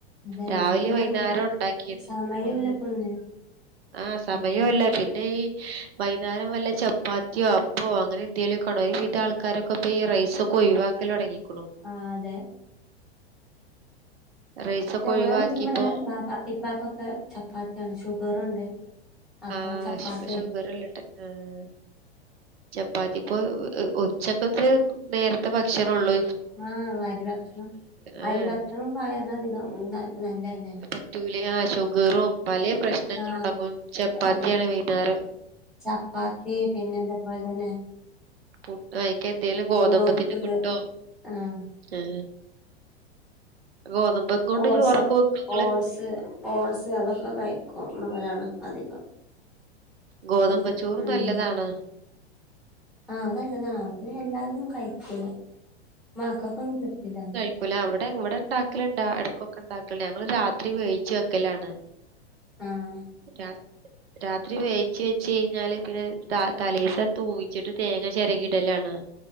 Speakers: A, in the centre; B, on the right.
A: അതന്നെ
B: രാവിലെ
A: പിന്നെ
B: വൈന്നേരം
A: നമ്മക്ക്
B: ഉണ്ടാക്കിന്ന്
A: സമയമില്ല
B: ഉം.
A: ഇപ്പൊ ഒന്നിനും
B: ആഹ സമയുല്ല
A: ഇപ്പൊ
B: പിന്നെ ഈ വൈന്നേരം വല്ല ചപ്പാത്തിയോ അപ്പോ അങ്ങനെ എന്തേലു ക്കണോ ഒരുവിത ആൾക്കാരൊക്കെ ഇപ്പൊ ഈ റൈസക്കെ ഒഴിവാക്കലൊടങ്ങിക്കണു
A: ആ അതെ
B: റൈസൊക്കെ
A: ഞങ്ങളെ
B: ഒഴിവാക്കിപ്പോ
A: വീട്ടില് ഇവിടെ ബാപ്പ ഇപ്പക്കൊക്കെ ചപ്പാത്തിയാണ് ഷുഗറുണ്ട് അപ്പൊ
B: ആഹ്
A: ചപ്പാത്തി കഴിക്കും
B: ശുകരല്ലട്ട ആഹ ചപ്പാത്തി പ്പൊ ഉച്ചക്കത്ത് നേരത്തെ ഭക്ഷണള്ളൂ
A: ആ അരി ഭക്ഷണം
B: ഏഹ്
A: അരി ഭക്ഷണം വയറിനധികം നല്ലല്ലേ
B: പറ്റൂല ആ ഷുഗറും പല പ്രശ്നങ്ങള
A: ആ
B: ഉണ്ടാക്കും ചപ്പാത്തിയാണ്
A: അതെ
B: വൈന്നേരം
A: ചപ്പാത്തി പിന്നെ അതേപോലെന്നെ
B: പുട്ടോ അയിക്കന്തേലും ഗോതമ്പത്തിന്റെ
A: നുറുക്ക്
B: പുട്ടോ
A: ആഹ്
B: ഏ ഗോതമ്പ കൊണ്ട്
A: ഓട്സ്
B: ചോറൊക്കെ വെക്കും.
A: ഓട്സ് ഓട്സ് അതൊക്കെ കഴിക്കുതലാണ് അധികം
B: ഗോതമ്പ്
A: പിന്നെ
B: ചോർ
A: ഉം
B: നല്ലതാണ്.
A: ആഹ് അത് നല്ലതാണ് അവത് എല്ലാവരന്നും കഴിക്കൂല മക്കൾക്കൊന്നും പറ്റില്ല.
B: ക്കുല അവിടെ ഇവിടെ ഉണ്ടാക്കലുണ്ട് ഇടക്കൊക്കെ ഉണ്ടാക്കലണ്ട് ഞങ്ങള് രാത്രി വേവിച്ച് വെക്കലാണ്.
A: ആഹ്
B: രാ രാത്രി വേവിച്ച് വെച്ച് കഴിഞ്ഞാല് പിന്നെ ത തലേസം തൂമിച്ചിട്ട് തേങ്ങ ചിരകിയിടലാണ്.